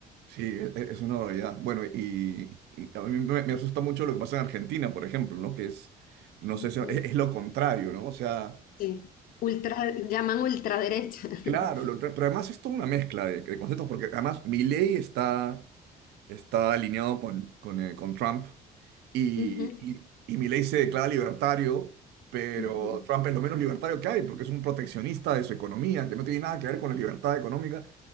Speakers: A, on the right; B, on the left.
A: sí, e- e- es una barbaridad. Bueno, y, y a mí me, me asusta mucho lo que pasa en Argentina, por ejemplo, ¿no? Que es, no sé
B: Ujú,
A: si es, es lo contrario, ¿no? O sea...
B: Sí. Ultra, llaman ultraderecha. <laughs>
A: Claro, lo tra- pero además es toda una mezcla de, de conceptos, porque además Milley está, está alineado con, con, eh, con Trump y,
B: Ujú,
A: y, y Milley se declara libertario, pero
B: ujú.
A: Trump es lo menos libertario que hay, porque es un proteccionista de su economía, que no tiene nada que ver con la libertad económica.